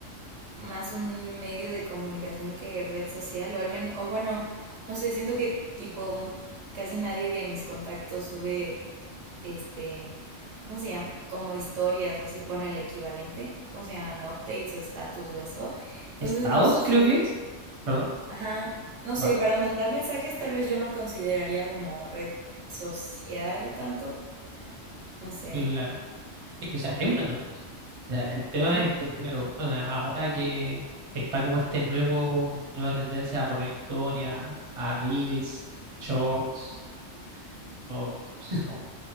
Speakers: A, on the right (about 80°); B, on the right (about 35°).
A: más un medio de comunicación que red social. O, al men- o bueno, no sé, siento que tipo m- casi nadie de mis contactos sube este... ¿Cómo se llama? Como historias o así. Bueno, el equivalente. ¿Cómo se llaman? Updates o status o eso. Entonces
B: Estados,
A: no sé.
B: creo que es. Perdón.
A: Ajá, no
B: Vale,
A: sé, para mandar mensajes tal vez yo no consideraría como red social tanto, no sé,
B: claro. Es que, o sea, es una cosa. O sea, el tema
A: ¿sí?
B: es que, claro, o sea, ahora que está como este nuevo, nueva tendencia a poner historia, a reels, shorts, o <laughs>